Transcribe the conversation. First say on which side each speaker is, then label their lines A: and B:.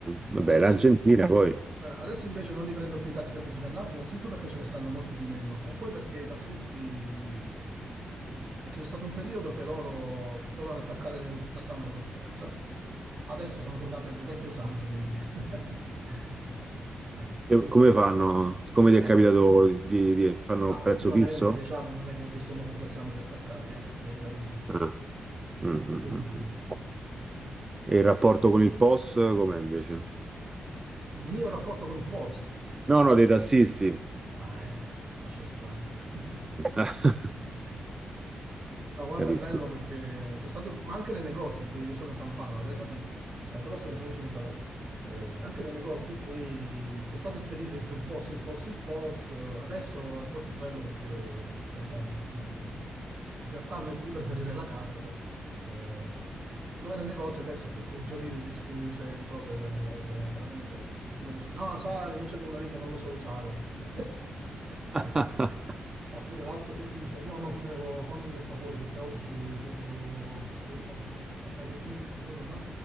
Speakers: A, on the right; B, on the right.
A: Vabbè,
B: Adesso,
A: l'Argentina poi,
B: eh, adesso invece non li prendo più i taxi abusivi a Napoli, innanzitutto perché ce ne stanno molti di meno e poi perché i tassisti, mh, perché c'è stato un periodo che loro dovevano attaccare il tassametro per forza, adesso sono tornate le vecchie usanze, quindi, <laughs>
A: che-
B: quindi
A: come
B: so-
A: fanno? Come ti
B: eh,
A: è capitato di... di- fanno
B: ma
A: prezzo
B: ultimamente
A: fisso?
B: diciamo non è che ho visto molti tassametri attaccati, eh, ti devo dire la verità.
A: Ah, mm, mm,
B: Quindi
A: mm, mm. E il rapporto con il POS com'è invece?
B: il mio rapporto con il POS.
A: No, no, dei tassisti.
B: Ah, eh, lascia stare. <laughs>
A: <laughs>
B: No, guarda,
A: Capisco.
B: è bello perché c'è stato, ma anche nei negozi qui, io sono campano, avrei capito, eh, però sto in provincia di Salerno. Eh, anche nei negozi qui c'è stato il periodo in cui il POS, il POS, il POS, eh, adesso è troppo bello perché, cioè, bello, voglio dire. In realtà a me- io preferirei la carta, però. Eh, quando vai nei negozi adesso è tutto un fiorire di scuse, di cose, eh, ed è veramente... Uno dice, no, sai, non c'è mio marito, non lo so usare. <laughs>
A: <laughs>
B: Oppure l'altro che dice, no, no, ti prego, fammi il favore perché oggi devo, devo far... gi- Aspetta, che mi disse quello là?